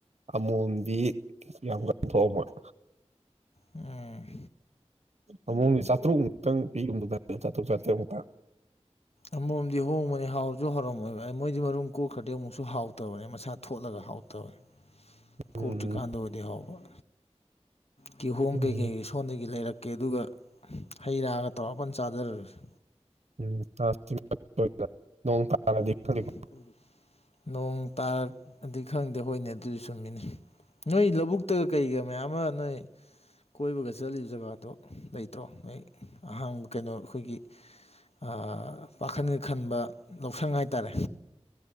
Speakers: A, on the right; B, on the left.
A: ꯑꯃꯣꯝꯗꯤ ꯌꯥꯝ ꯀꯟꯊꯣꯛꯑꯝꯃꯣꯏ
B: ꯎꯝ
A: ꯑꯃꯨꯛꯗꯤ ꯆꯥꯇ꯭ꯔꯨꯛ ꯃꯨꯛꯇꯪ ꯄꯤꯒꯨꯝ ꯇꯧꯗꯥꯏ ꯆꯥꯇ꯭ꯔꯨꯛ ꯆꯥꯇ꯭ꯔꯦꯠ ꯃꯨꯛꯇ
B: ꯑꯃꯣꯝꯗꯤ ꯍꯥꯎꯁꯨ ꯍꯥꯎꯔꯝꯃꯣꯏꯕ ꯑꯩ ꯃꯣꯏꯗꯤ ꯃꯔꯨꯝ ꯀꯣꯛꯈ꯭ꯔꯗꯤ ꯑꯃꯨꯛꯁꯨ ꯍꯥꯎꯇꯕꯅꯦ ꯃꯁꯥ ꯊꯣꯠꯂꯒ ꯍꯥꯎꯇꯕꯅꯤ
A: ꯎꯝ
B: ꯀꯣꯛꯇ꯭ꯔꯤ ꯀꯥꯟꯗ ꯑꯣꯏꯗꯤ ꯍꯥꯎꯕ ꯀꯤꯍꯣꯝ
A: ꯎꯝ
B: ꯀꯩꯀꯩ ꯁꯣꯝꯗꯒꯤ ꯂꯩꯔꯛꯀꯦ ꯑꯗꯨꯒ ꯍꯩ ꯔꯥꯒ ꯇꯧꯔꯒ ꯐꯟ ꯆꯥꯗꯔꯁꯤ
A: ꯎꯝ ꯅꯣꯡ ꯇꯥꯔꯗꯤ
B: ꯎꯝ
A: ꯈꯪꯗꯦꯀꯣ
B: <inaudible> ꯅꯣꯡ ꯇꯥꯔꯛꯑꯗꯤ ꯈꯪꯗꯦ ꯍꯣꯏꯅꯦ ꯑꯗꯨꯗꯤ ꯆꯨꯝꯃꯤꯅꯤ ꯅꯣꯏ ꯂꯧꯕꯨꯛꯇꯒ ꯀꯩꯒ ꯃꯌꯥꯝ ꯑꯃ ꯅꯣꯏ
A: <inaudible>
B: ꯀꯣꯏꯕꯒ ꯆꯠꯂꯤꯕ ꯖꯒꯥꯗꯣ ꯂꯩꯇ꯭ꯔꯣ ꯅꯣꯏ ꯑꯍꯥꯡꯕ ꯀꯩꯅꯣ ꯑꯩꯈꯣꯏꯒꯤ ꯑ ꯄꯥꯈꯟꯒ ꯈꯟꯕ ꯂꯧꯁꯪ ꯍꯥꯏꯇꯥꯥꯔꯦ